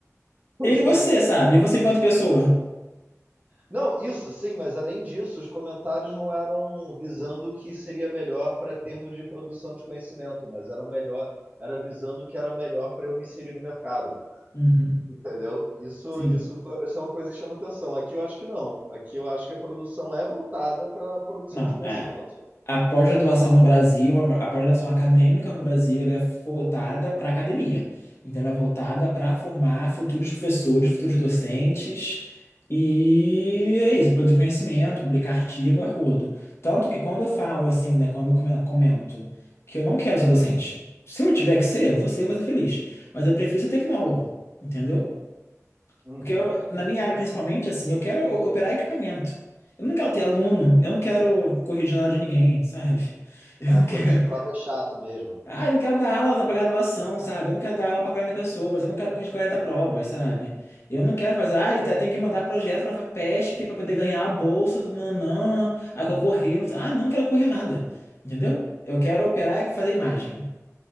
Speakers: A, on the right (about 30°); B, on the left (about 55°).
A: os
B: E você,
A: comentários.
B: sabe? E você enquanto pessoa?
A: Não, isso sim, mas além disso, os comentários não eram visando o que seria melhor para termos de produção de conhecimento, mas eram melhor, era visando o que era melhor para eu me inserir no mercado.
B: Uhum,
A: Entendeu? Isso,
B: sim.
A: isso, foi- isso é uma coisa que chama atenção. Aqui eu acho que não. Aqui eu acho que a produção é voltada para a produção
B: Não,
A: de conhecimento.
B: é. A pós-graduação no Brasil, a a pós-graduação acadêmica no Brasil, ela é voltada para a academia. Então, ela é voltada para formar futuros professores, futuros docentes. E é isso, produzir conhecimento, publicar artigo a rodo. Tanto que quando eu falo assim, né, quando eu comen- comento que eu não quero ser docente, se eu tiver que ser, você vai ser eu vou ser feliz. Mas eu prefiro ser tecnólogo, entendeu?
A: Uhum.
B: Porque eu, na minha área, principalmente, assim, eu quero o- operar equipamento. Eu não quero ter aluno, eu não quero corrigir nada de ninguém, sabe? <laughs> Eu
A: É,
B: não
A: corrigir
B: quero.
A: prova é chato mesmo.
B: Ah, eu não quero dar aula para graduação, sabe? Eu não quero dar aula para 40 pessoas, eu não quero corrigir 40 provas, sabe? Eu não quero fazer. Ah, eu te- tenho que mandar projeto para PESP para poder ganhar a bolsa do nanã, a concorrer. Não sei. Ah, não quero correr nada, entendeu? Eu quero operar e fazer imagem.